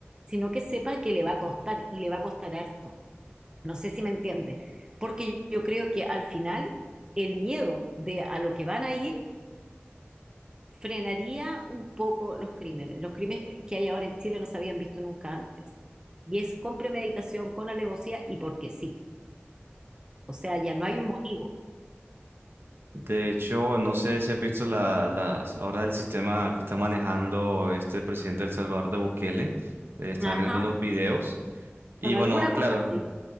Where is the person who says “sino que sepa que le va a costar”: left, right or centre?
Right